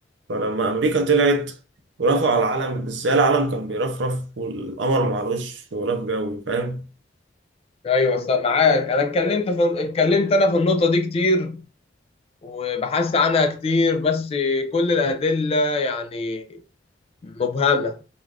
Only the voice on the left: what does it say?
ايوه بس معاك انا اتكلمت في اتكلمت انا في النقطه دي كتير وبحثت عنها كتير بس كل الأدلة يعني مبهمة